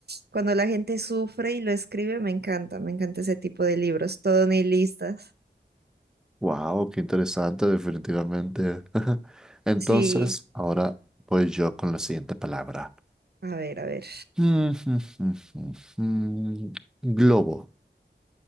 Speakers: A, on the right; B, in the centre.
A: cuando la gente sufre y lo escribe, me encanta, me encanta ese tipo de libros, todo nihilistas.
B: ¡Wow! ¡Qué interesante, definitivamente! <laughs> Entonces,
A: Sí,
B: ahora voy yo con la siguiente palabra.
A: a ver, a ver.
B: <laughs> Mm, mm, mm, mm, mm. Globo.